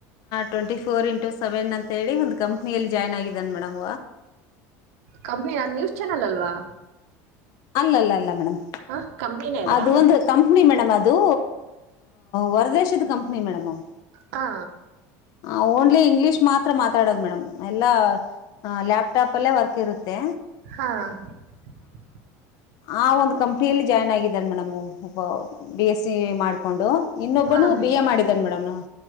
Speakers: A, on the left; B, on the right.
A: ಟ್ವೆಂಟಿ ಫೋರ್ ಇಂಟು ಸೆವೆನ್ ಅಂತ ಹೇಳಿ ಒಂದು ಕಂಪ್ನಿಯಲ್ಲಿ ಜಾಯ್ನ್ ಆಗಿದ್ದಾನೆ ಮೇಡಮ್
B: ಕಂಪನಿನ ನ್ಯೂಸ್ ಚಾನಲ್ ಅಲ್ವಾ?
A: ಅಲ್ಲ ಅಲ್ಲ ಅಲ್ಲ ಮೇಡಮ್
B: ಹ ಕಂಪನಿ ಅದಾ?
A: ಅದು ಒಂದು ಕಂಪ್ನಿ ಮೇಡಮ್ ಅದು ಹೊರದೇಶದ ಕಂಪ್ನಿ ಮೇಡಮ್ ಅದು.
B: ಹಾ
A: ಹ ಓನ್ಲಿ ಇಂಗ್ಲಿಷ್ ಮಾತ್ರ ಮಾತಾಡೋದು ಮೇಡಮ್ ಎಲ್ಲಾ ಹ ಲ್ಯಾಪ್ಟಾಪ್ ಅಲ್ಲೇ ವರ್ಕ್ ಇರುತ್ತೆ.
B: ಹಾ <inaudible>
A: ಆ ಒಂದು ಕಂಪ್ನಿಯಲ್ಲಿ ಜಾಯ್ನ್ ಆಗಿದ್ದಾನೆ ಮೇಡಮು ಒಬ್ಬ ಬಿ ಎಸ್ ಸಿ ಮಾಡಿಕೊಂಡು. ಇನ್ನೊಬ್ಬನು
B: ಹಾ
A: ಬಿ ಎ ಮಾಡಿದನ ಮೇಡಮ್